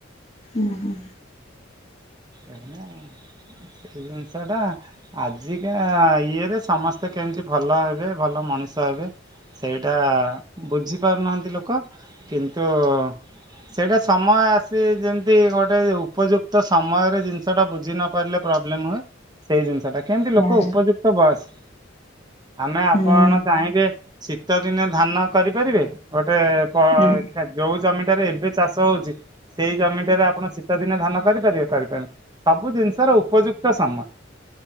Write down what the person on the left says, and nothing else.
ଉଁ ହୁଁ।
ହୁଁ
ହୁଁ
ହଁ।